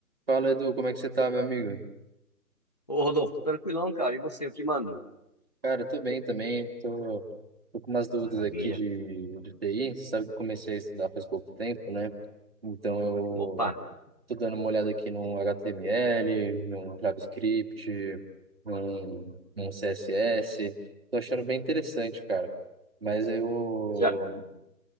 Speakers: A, on the right; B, on the left.
A: Fala, Edu, como é que você tá, meu amigo?
B: Ô, Rodolfo, tranquilão, cara. E você, o que manda?
A: Cara, eu tô bem também, tô, tô com umas dúvidas
B: Maravilha.
A: aqui de, de TI, você sabe que eu comecei a estudar faz pouco tempo, né? Então eu
B: Opa,
A: tô dando uma olhada aqui no HTML, no JavaScript, no, no CSS, tô achando bem interessante, cara. Mas eu,
B: já.